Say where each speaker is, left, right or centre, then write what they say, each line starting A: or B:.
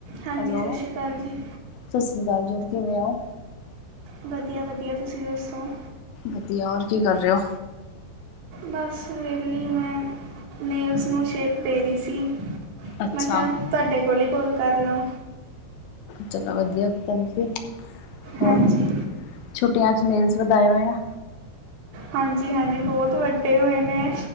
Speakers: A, on the right; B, on the left.
A: ਹਾਂਜੀ,
B: ਹੈਲੋ
A: ਸਤਿ ਸ਼੍ਰੀ ਅਕਾਲ ਜੀ।
B: ਸਤਿ ਸ੍ਰੀ ਅਕਾਲ ਜੀ, ਕਿਵੇਂ ਹੋ?
A: ਵਧੀਆ ਵਧੀਆ, ਤੁਸੀਂ ਦੱਸੋ?
B: ਵਧੀਆ, ਹੋਰ ਕੀ ਕਰ ਰੇ ਓ?
A: ਬਸ ਵੇਲੀ ਮੈਂ, ਨੇੇਲਜ਼ ਨੂੰ ਸ਼ੇਪ ਦੇ ਰੀ ਸੀ।
B: ਅੱਛਾ
A: ਮੈਂ ਖਿਆ, ਤੁਹਾਡੇ ਕੋਲ ਈ ਕੋਲ ਕਰ ਲਾਂ।
B: ਚਲੋ ਵਧੀਆ ਕੀਤਾ ਤੁਸੀਂ, ਹੋਰ?
A: ਹਾਂਜੀ
B: ਛੁੱਟੀਆਂ 'ਚ ਨੇੇਲਜ਼ ਵਧਾਏ ਹੋਏ ਆ?
A: ਹਾਂਜੀ-ਹਾਂਜੀ ਬੋਤ ਵੱਡੇ ਹੋਏ, ਮੈਂ